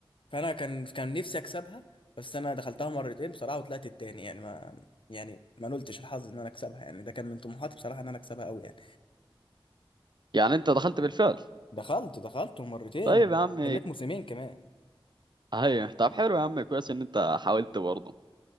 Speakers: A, on the left; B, on the right.
A: فانا كان كان نفسي اكسبها بس انا دخلتها مرتين بصراحه وطلعت التاني يعني ما يعني ما نلتش الحظ ان انا اكسبها يعني ده كان من طموحاتي بصراحه ان انا اكسبها قوي يعني
B: يعني انت دخلت بالفعل
A: دخلت دخلت مرتين
B: طيب يا عم
A: جنيت موسمين كمان
B: ايوه طب حلو يا عم كويس ان انت حاولت برضه